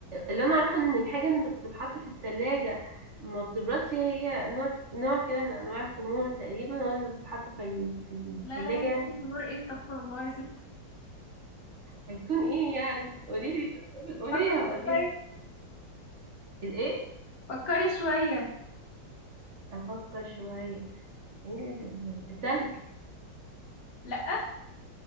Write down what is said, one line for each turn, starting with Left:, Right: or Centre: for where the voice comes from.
Right: اللي انا عارفة ان الحاجة اللي بتتحط في التلاجة ما بتبردش هي نوع نوع كده من انواع الخمور تقريبا هو اللي بتتحط في ال... في التلاجة
Left: لا لا يا ستي
Right: يعني
Left: الأمور ايه استغفر الله يا ستي <laughs>
Right: هيكون ايه يعني قوليلي قوليها
Left: فكري
Right: قوليها
Left: شوية
Right: الايه
Left: فكري شوية
Right: افكر شوية ايه ال- التلج
Left: لأ